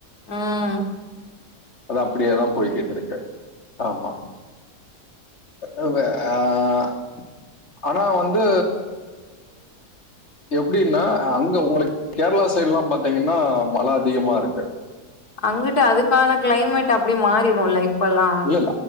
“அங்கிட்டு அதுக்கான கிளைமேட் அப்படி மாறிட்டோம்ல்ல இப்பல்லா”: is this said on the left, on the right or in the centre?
Left